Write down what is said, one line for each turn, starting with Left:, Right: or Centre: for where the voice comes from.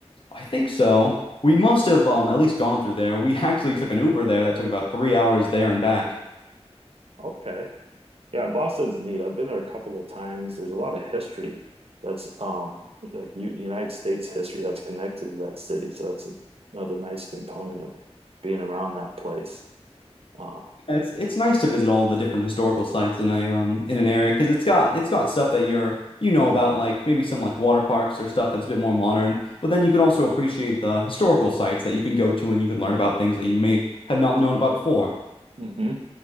Left: I think so. We must have um at least gone through there. We actually took an Uber there that took about three hours there and back.
Right: Okay. Yeah, Boston's neat. I've been there a couple of times. There's a lot of history that's um like U United States history that's connected to that city. So that's another nice component of being around that place. Uh,
Left: It's it's nice to visit all the different historical sites in a um in an area because it's got it's got stuff that you're you know about like maybe some like water parks or stuff that's a bit more modern. But then you can also appreciate the historical sites that you can go to and you can learn about things that you may have not known about before.
Right: hmm